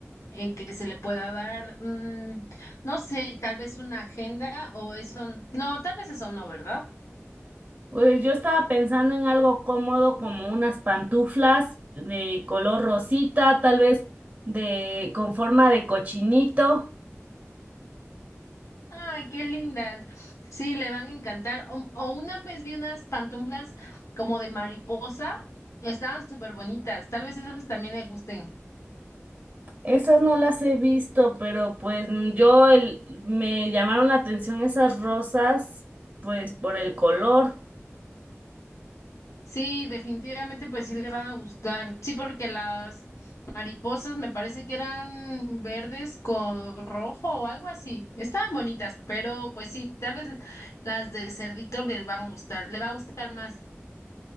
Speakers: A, on the left; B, on the right.
A: en que se le pueda dar? Mm, no sé, tal vez una agenda o eso. No, tal vez eso no, ¿verdad?
B: Pues yo estaba pensando en algo cómodo como unas pantuflas de color rosita, tal vez de con forma de cochinito.
A: Ay, qué lindas. Sí, le van a encantar. O, o una vez vi unas pantuflas como de mariposa. Estaban súper bonitas. Tal vez esas también le gusten.
B: Esas no las he visto, pero pues mm, yo el, me llamaron la atención esas rosas, pues por el color.
A: Sí, definitivamente pues sí le van a gustar. Sí, porque las mariposas me parece que eran verdes con rojo o algo así. Estaban bonitas, pero pues sí, tal vez las de cerdito les van a gustar. Le va a gustar más.